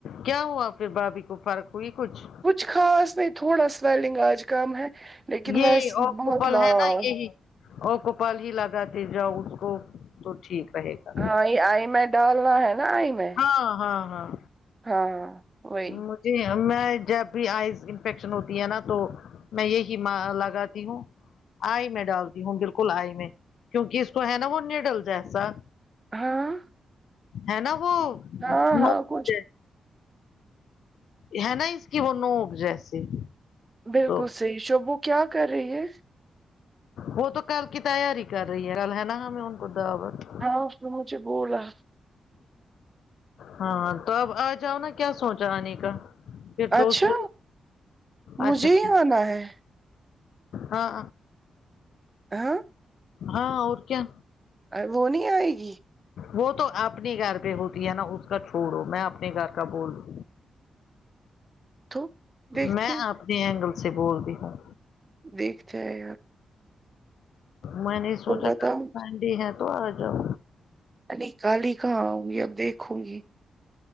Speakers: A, on the left; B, on the right.
A: کیا ہوا پھر بھابھی کو فرق ہوئی کچھ
B: کچھ خاص نہیں تھوڑا سویلنگ آج کم ہے لیکن
A: یہی
B: ویسی
A: اوکوپل
B: بہت لال
A: ہے نا یہی اوکوپل ہی لگاتے جاؤ اس کو تو ٹھیک رہے گا
B: ہاں یہ آئی میں ڈالنا ہے نا آئی میں
A: ہاں ہاں ہاں
B: ہاں وہی
A: مجھے میں جب آئز انفیکشن ہوتی ہے نا تو میں یہ ہی لگاتی ہوں آئی میں ڈالتی ہوں بالکل آئی میں کیونکہ اس کو ہے نا وہ نڈل جیسا
B: ہاں
A: ہے نا وہ
B: ہاں ہاں
A: نوک
B: کچھ
A: ہے نا اس کی وہ نوک جیسی
B: بالکل
A: تو
B: صحیح شبو کیا کر رہی ہے
A: وہ تو کل کی تیاری کر رہی ہے کل ہے نا ہم لوگ کو دعوت
B: ہاں اس نے بولا
A: ہاں تو اب آ جاؤ نا کیا سوچا آنے کا پھر تو
B: اچھا
A: اس کو
B: مجھے
A: اچھا
B: ہی
A: ٹھیک
B: آنا ہے
A: ہاں
B: ہاں
A: ہاں اور کیا
B: ا وہ نہیں آئے گی
A: وہ تو اپنے گھر پہ ہوتی ہے نا اس کا چھوڑو میں اپنے گھر کا بولوں
B: تو دیکھتے
A: میں اپنے اینگل سے بول رہی ہوں
B: دیکھتا ہے
A: میں نے سوچا
B: بتاؤ
A: انڈی ہے تو آ جاؤ
B: نہیں کالی کہاں آؤں گی اب دیکھوں گی